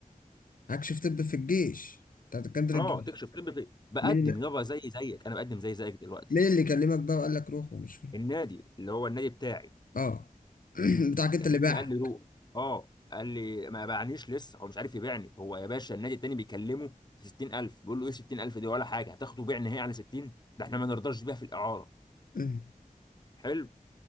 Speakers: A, on the left; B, on the left.
A: كشف طب في الجيش بتاع دكاتره
B: اه
A: الجيش
B: تكشف طبي بقدم
A: مين اللي
B: يابا زي زيك انا بقدم زي زيك دلوقتي
A: مين اللي كلمك بقى وقال لك روح ومش فاهم
B: النادي اللي هو النادي بتاعي
A: اه <clears throat> بتاعك انت
B: كلمني
A: اللي باعك
B: قال لي روح اه قال لي ما باعنيش لسه هو مش عارف يبيعني هو يا باشا النادي التاني بيكلمه في 60000 بيقول له ايه 60000 دي ولا حاجه هتاخده بيع نهائي على 60 ده احنا ما نرضاش بيها في الاعاره
A: مم.
B: حلو